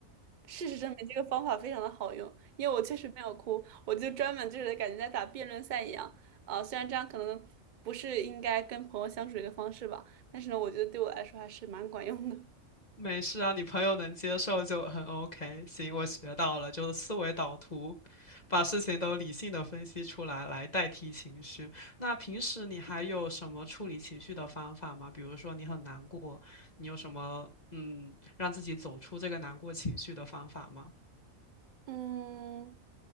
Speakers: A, on the right (about 50°); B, on the left (about 30°).
A: 事实证明，这个方法非常的好用，因为我确实没有哭，我就专门就是感觉在打辩论赛一样。啊，虽然这样可能不是应该跟朋友相处的一个方式吧，但是呢，我觉得对我来说还是蛮管用的。
B: 没事啊，你朋友能接受就很 OK。行，我学到了，就是思维导图，把事情都理性的分析出来，来代替情绪。那平时你还有什么处理情绪的方法吗？比如说你很难过，你有什么嗯，让自己走出这个难过情绪的方法吗？
A: 嗯，